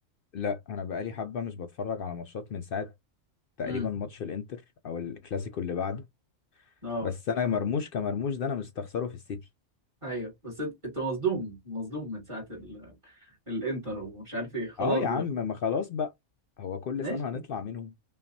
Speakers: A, on the left (about 65°); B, on the right (about 25°).
A: لا انا بقالي حبه مش بتفرج على ماتشات من ساعه تقريبا
B: امم
A: ماتش الانتر او الكلاسيكو اللي بعده
B: اه
A: بس انا مرموش كمرموش ده انا مستخسره في السيتي
B: ايوه بس انت انت مصدوم مصدوم من ساعه ال... الانتر ومش عارف ايه خلاص
A: اه يا عم ما خلاص بقى هو كل
B: ماشي
A: سنه هنطلع منهم